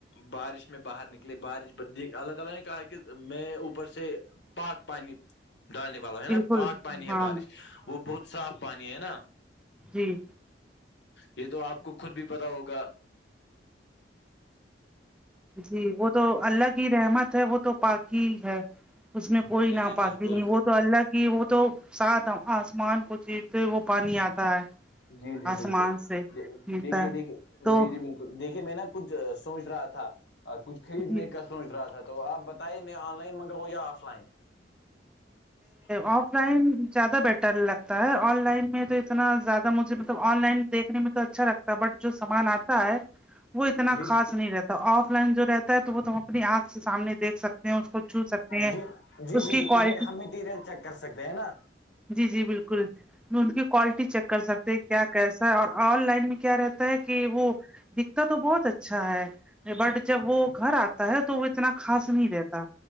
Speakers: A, on the left; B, in the centre.
A: بارش میں باہر نکلیے بارش اللہ تعالی نے کہا کہ میں اوپر سے پاک پانی ڈالنی والا ہے
B: بالکل
A: نا پاک پانی ہے
B: ہاں
A: بارش وہ بہت صاف پانی ہے ہے نا
B: جی
A: یہ تو آپ کو خود بھی پتا ہوگا
B: جی وہ تو اللہ کی رحمت ہے وہ تو پاکی ہے اس میں کوئی
A: جی جی
B: نا
A: بالکل
B: پاکی نہیں وہ تو اللہ کہ وہ تو ساتھ آسمان کو چتے وہ پانی آتا ہے
A: جی جی
B: آسمان
A: بالکل
B: سے ملتا
A: دیکھیے
B: ہے
A: دیکھیے
B: تو
A: جی جی بالکل دیکھے میں نا کچھ سوچ رہا تھا کچھ خریدنے
B: جی
A: کا سوچ رہا تھا تو آپ بتائیے میں آن لائن منگراؤں یا آف لائن ج
B: آف لائن زیادہ بیٹر لگتا ہے آن لائن میں تو اتنا زیادہ مجھے مطلب آن لائن دیکھنے میں اچھا لگتا ہے بٹ جو سامان آتا ہے وہ اتنا
A: جی
B: خاص
A: جی
B: نہیں رہتا آف لائن جو رہتا ہے تو وہ تم اپنی آنکھ سے سامنے دیکھ سکتے ہیں اس کو چھو سکتے ہیں
A: جی جی
B: اس
A: جی
B: کی
A: بالکل
B: کوالٹی
A: ہم میٹیریل چیک کر سکتے ہیں نا
B: جی جی بالکل کی کوالٹی چیک کر سکتے کیا کیسا ہے اور آن لائن میں کیا رہتا ہے کہ وہ دکھتا تو بہت اچھا ہے بٹ جب وہ گھر آتا ہے تو وہ اتنا خاص نہیں رہتا